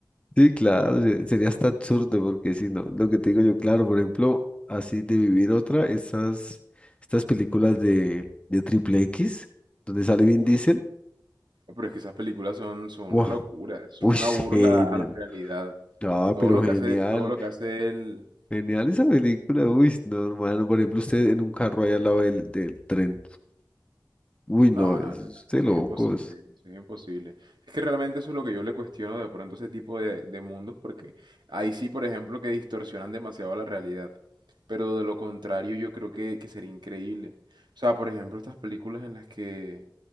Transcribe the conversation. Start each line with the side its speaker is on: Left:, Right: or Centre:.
Left: Sí, claro, se- sería hasta absurdo porque si no, lo que te digo yo, claro, por ejemplo, así de vivir otra, esas, estas películas de, de Triple X, donde sale Vin
Right: Uf,
Left: Diesel,
Right: pero es que esas películas son, son una
Left: wow,
Right: locura, eso
Left: uy,
Right: es una
Left: <laughs> genial,
Right: burla a la realidad.
Left: ah,
Right: Todo
Left: pero
Right: lo
Left: genial,
Right: que hace, todo lo que hace él,
Left: genial esa película, uy, no, hermano, por ejemplo, usted en un carro ahí al lado del, del tren, uy,
Right: No,
Left: no, es
Right: no, no, no, no,
Left: es de
Right: eso
Left: locos,
Right: es imposible, eso es imposible. Es que realmente eso es lo que yo le cuestiono de pronto a ese tipo de, de mundos, porque ahí sí, por ejemplo, que distorsionan demasiado la realidad. Pero de lo contrario, yo creo que, que sería increíble. O sea, por ejemplo, estas películas en las que,